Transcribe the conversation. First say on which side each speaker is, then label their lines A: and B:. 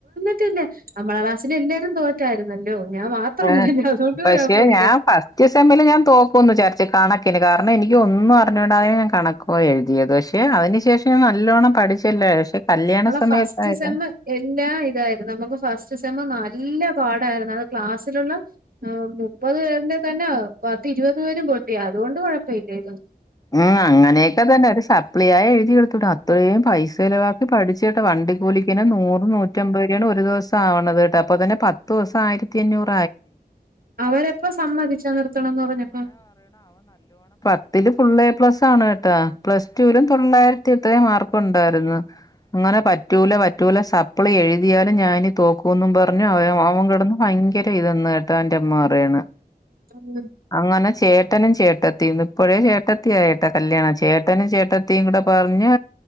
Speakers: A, on the right; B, on the left.
A: ല്ല നമ്മളെ ക്ലാസ്സസില് എല്ലാരും തോറ്റായിരുന്നല്ലോ ഞാൻ മാത്രമല്ലല്ലോ
B: ഏ
A: അതുകൊണ്ട്
B: പക്ഷെ
A: കുഴപ്പമില്ല
B: ഞാൻ ഫസ്റ്റ് സെമ്മിൽ ഞാൻ തോക്കോന്ന് വിചാരിച്ചാ കണ ക്കിന് കാരണം എനിക്ക് ഒന്നും അറിഞ്ഞൂടാതെ ഞാൻ കണക്ക് പോയി എഴുതിയത് പക്ഷെ അതിന് ശേഷം ഞൻ നല്ലോണം പഠിച്ചല്ലേ പക്ഷെ- കല്യാണ
A: നമ്മളെ
B: സമയത്തായതാ
A: ഫസ്റ്റ് സെമ്മ് എല്ലാം ഇതായിരുന്നു നമുക്ക് ഫസ്റ്റ്- സെമ്മ് നല്ല പാടായിരുന്നു അത് ക്ലാസ്സിലുള്ള മുപ്പത് പേരിന്റെ തന്നെ പത്ത് ഇരുപത് പേരും പൊട്ടി അതുകൊണ്ട് കുഴപ്പമില്ലേര്ന്നു
B: ഉം അങ്ങനെയൊക്കെ തന്നെ ഒരു സം- സപ്ലിയായി എഴുതിയെടുത്തൂടെ അത്രയും പൈസ ചിലവാക്കി പഠിച്ചിട്ട് വണ്ടി കൂലി- പിന്നെ നൂറ് നൂറ്റമ്പരുയാണ് ഒരു ദിവസ് ആവണത് കേട്ട അപ്പ തന്നെ പത്ത് ദിവസം ആയിരത്തി അഞ്ഞൂറ്-
A: അവരപ്പ സമ്മതിച്ചാ നിർത്തണന്ന് പറഞ്ഞപ്പം
B: ത്തിലും ഫുള്ള് ഏ പ്ലസ് ആണ് കേട്ടാ പ്ലസ് ടുവിലും തൊള്ളായിരത്തി എത്രയ മാർക്ക്‌ ഒണ്ടാരുന്നു അങ്ങനെ പറ്റൂല പറ്റൂല സപ്ലി എഴുതിയാലും ഞാനിനി തോക്കൂന്നും പറഞ്ഞു അവ അവൻ കിടന്ന് ഭയങ്കര ഇതെന്ന് കേട്ടാ അവൻ്റെ അമ്മ പറയണ്
A: <inaudible>
B: അങ്ങനെ ചേട്ടനും ചേട്ടത്തീന്ന് ഇപ്പഴേ ചേട്ട ത്തിയായിട്ട കല്യാണം ചേട്ടനും ചേട്ടത്ത് ത്തിയും കൂട പറഞ്ഞ്